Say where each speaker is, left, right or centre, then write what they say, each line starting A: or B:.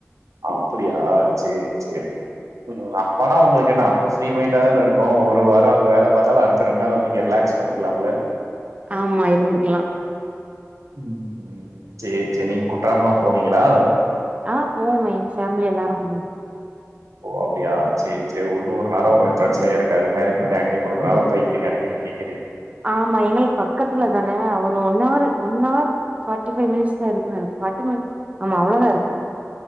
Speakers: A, on the right; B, on the right.
A: அப்படியா சேரி சேரி அப்பானா உங்களுக்கு என்ன அ ஃப்ரீ மைண்டா தானே இருக்கும் ஒரு வாரம் அங்க வேல பார்த்தாலும் அடுத்த ரெண்டு நாள் வந்து இங்க ரிலாக்ஸ் பண்ணிக்கலாம்ல
B: ஆமா இருந்துக்கலாம்
A: ம்ம் சேரி சேரி நீங்க குற்றாலமெலாம் போவீங்களா
B: ஆ போவமே ஃபேமிலி எல்லாரும் போவோம்
A: ஓ அப்படியா சேரி சேரி உள்ளூருனால உங்களுக்கு பிரச்சனையே இருக்காது மேரேஜ் பண்ணி அங்கே கொடுத்ததுனால போய்க்கிறீங்க அடிக்கடி போய்
B: ஆமா எங்களுக்கு பக்கத்துல தானே அவுங்க one hour one hour forty five minutes தான் இருக்கும் எனக்கு ஃபார்ட்டி மினிட் ஆமா அவ்வளோதான் இருக்கும்